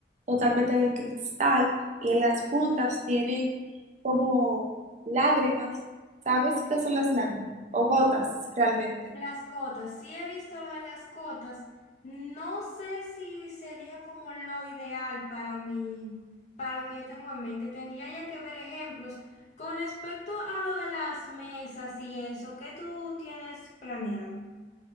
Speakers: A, on the right; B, on the left.
A: totalmente de cristal y en las puntas tienen como lágrimas. ¿Sabes qué son las lágrimas? O gotas, realmente.
B: Las cotas, sí he visto lo de las cotas. No sé si sería como lo ideal para mí, para lo que yo tengo en mente. Tendría ya que ver ejemplos. Con respecto a lo de las mesas y eso, ¿qué tú tienes planeado?